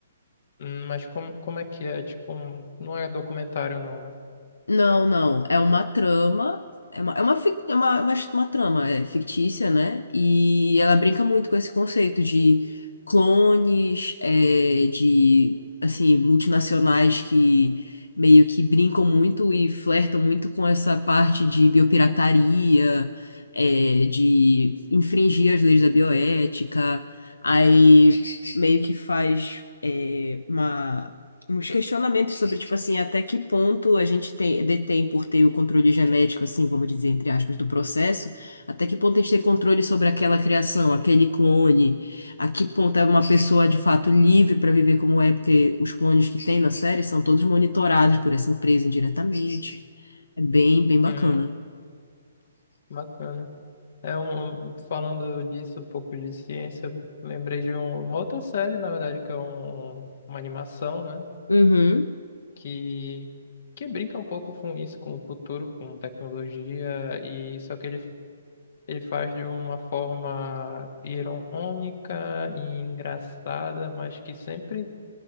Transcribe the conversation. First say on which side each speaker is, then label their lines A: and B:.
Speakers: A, on the left; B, on the left.
A: Hum, Mas como, como é que é? Tipo, um, não é documentário não, né?
B: Não, não. É uma trama. É uma, é uma, fic- é uma, é uma, uma trama é, fictícia, né? E ela brinca muito com esse conceito de clones, é, de, assim, multinacionais que meio que brincam muito e flertam muito com essa parte de biopirataria, é, de infringir as leis da bioética. Aí meio que faz, é, uma uns questionamentos sobre, tipo assim, até que ponto a gente tem, detém por ter o controle genético, assim, vamos dizer, entre aspas, do processo, até que ponto a gente tem controle sobre aquela criação, aquele clone, a que ponto é uma pessoa de fato livre para viver como é, porque os clones que tem na série são todos monitorados por essa empresa indiretamente. É bem, bem bacana.
A: Uhum, bacana. É um, um- falando disso, um pouco de ciência, eu lembrei de um- uma outra série, na verdade, que é um, uma animação, né?
B: Uhum.
A: Que, que brinca um pouco com isso, com o futuro, com tecnologia, e só que ele Ele faz de uma forma irônica e engraçada, mas que sempre